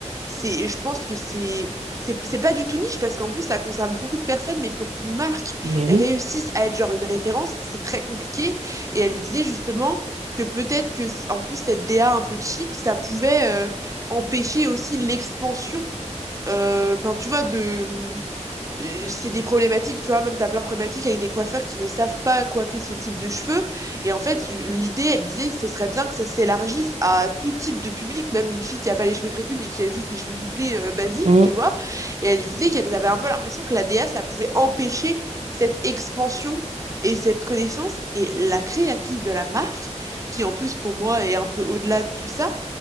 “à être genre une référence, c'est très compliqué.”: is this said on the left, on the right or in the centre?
Right